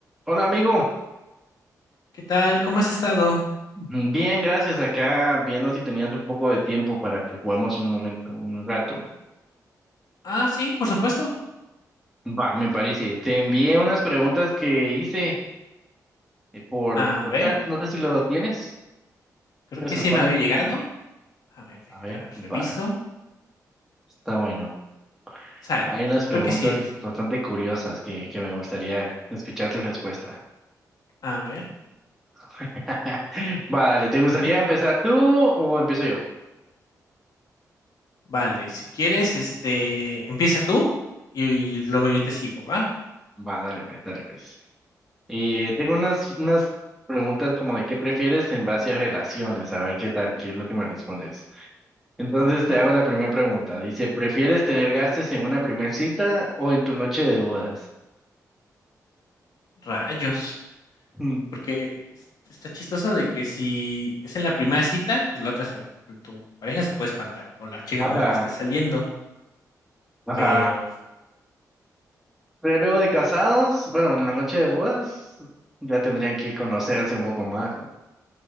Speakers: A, in the centre; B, on the left.
A: Hola amigo,
B: ¿Qué tal? ¿Cómo has estado?
A: bien, gracias. Acá viendo si tenías un poco de tiempo para que juguemos un momento, un rato.
B: Ah, sí, por supuesto.
A: Va, me parece. Te envié unas preguntas que hice eh, por,
B: A
A: por
B: ver,
A: chat, no sé si lo tienes.
B: creo
A: ¿Tienes
B: que sí
A: el file?
B: me había llegado. A ver, deja,
A: A ver, va,
B: reviso.
A: está bueno.
B: Sale.
A: Hay unas preguntas
B: Creo que sí, enlace.
A: bastante curiosas que, que me gustaría escuchar tu respuesta.
B: A ver,
A: <laughs> Va, dale, ¿te
B: te volé.
A: gustaría empezar tú o empiezo yo?
B: Vale, si quieres, este, empieza tú y, luego yo te sigo, ¿va?
A: Va, dale, pues, dale, pues. Y tengo unas, unas preguntas como de qué prefieres en base a relaciones, a ver qué tal, qué es lo que me respondes. Entonces
B: A ver,
A: te hago la primera pregunta. Dice, ¿prefieres tener gases en una primera cita o en tu noche de bodas?
B: rayos.
A: Mm,
B: Porque es- está chistoso de que si es en la primera cita, pues la otra, se va- tu pareja se puede espantar o la chica
A: Ajá,
B: con la que estés saliendo.
A: ajá.
B: Pero
A: Pero luego de casados, bueno, en la noche de bodas ya tendrían que conocerse un poco más. ¿no?